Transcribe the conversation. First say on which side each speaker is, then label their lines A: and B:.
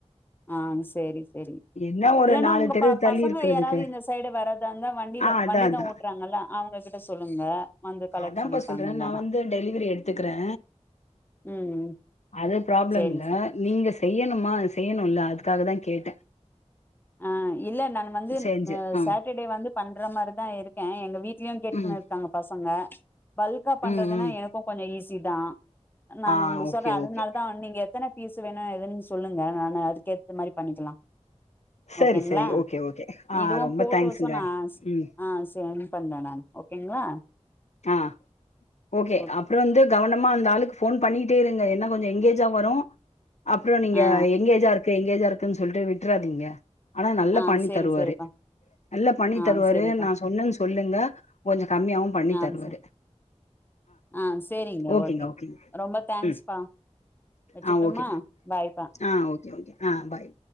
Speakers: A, on the left; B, on the left.
A: ஆ சேரி சேரி
B: என்ன ஒரு
A: இல்லனா
B: நாலு
A: உங்க
B: தெரு தள்ளி
A: பசங்க
B: இருக்கிறதுக்கு
A: யாராவது இந்த சைடு வர றாங்க வண்டியில
B: ஆ அதா
A: வண்டி
B: அதா
A: தா ஓட்டுறாங்கல்ல அவுங்ககிட்ட சொல்லுங்க வந்து கலெக்ட்
B: அதான்பா
A: பண்ணிப்பாங்க
B: சொல்றே
A: இல்லன்னா
B: நா வந்து டெலிவரி எடுத்துக்குறே
A: ம்
B: அது ப்ராப்ளம்
A: சேரி
B: இல்ல
A: சார்
B: நீங்க செய்யணுமா செய்யணுல்ல அதுக்காக தா கேட்டேன்
A: ஆ இல்ல நானு வந்து
B: செஞ்சு ஆ
A: சேட்டர்டே வந்து பண்ற மாரிதா இருக்கே எங்க வீட்லயு கேட்டுன்னு
B: ம்
A: இருக்காங்க பசங்க பல்க்கா பண்றதுன்னா
B: ம் ம்
A: எனக்கும் கொஞ்சோ ஈஸி தா நானு
B: ஆ
A: உங்களுக்கு
B: ஓகே
A: சொல்றே அதனால
B: ஓகே
A: தான் நீங்க எத்தன பீஸ் வேணும் எதுன்னு சொல்லுங்க நானு அதுக்கேத்த மாரி பண்ணிக்கலா
B: சரி
A: ஓகேங்களா
B: சரி ஓகே ஓகே ஆ
A: இதுவு
B: ரொம்ப
A: போட்டோஸும்
B: தேங்க்ஸுங்க
A: நா
B: ம்
A: ஆ சென்ட் பண்ற நானு ஓகேங்களா
B: ஆ ஓகே
A: ஓக்
B: அப்புறம் வந்து கவனமா அந்த ஆளுக்கு ஃபோன் பண்ணிட்டே இருங்க என்ன கொஞ்சோ எங்கேஜா வரும் அப்புறோ நீங்க
A: ஆ
B: எங்கேஜா இருக்கு எங்கேஜா இருக்குன்னு சொல்லிட்டு விட்டுறாதீங்க ஆனா நல்லா
A: ஆ
B: பண்ணி
A: செரி
B: தருவாரு
A: செரிப்பா
B: நல்லா பண்ணி
A: ஆ
B: தருவாரு
A: செரிப்பா
B: நா சொன்னேன்னு சொல்லுங்க கொஞ்சம் கம்மியாவு பண்ணி
A: ஆ
B: தருவாரு
A: செ ஆ சேரிங்க
B: ஓகேங்க
A: ஓகே
B: ஓகேங்க
A: ரொம்ப தேங்க்ஸ்ப்பா
B: ம்
A: வச்சுட்டுமா
B: ஆ ஓகேம்மா
A: பாய்
B: ஆ ஓகே ஓகே ஆ பாய்